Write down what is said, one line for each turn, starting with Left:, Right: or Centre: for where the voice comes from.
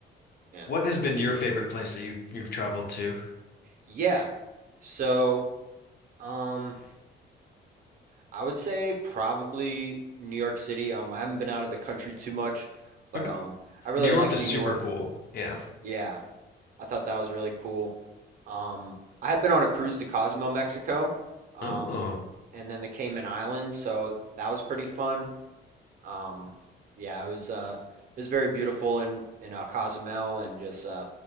Right: Yeah.
Left: what has been your favorite place that you you've traveled to?
Right: Yeah. So, um I would say probably New York City. Um, I haven't been out of the country too much, but
Left: Okay,
Right: um, I really
Left: New York
Right: like
Left: is
Right: New
Left: super
Right: York.
Left: cool. Yeah.
Right: Yeah, I thought that was really cool. Um, I had been on a cruise to Cozumel, Mexico, um,
Left: Oh,
Right: and then the Cayman Islands, so that was pretty fun. Um, yeah, it was uh, it was very beautiful in in uh, Cozumel, and just uh,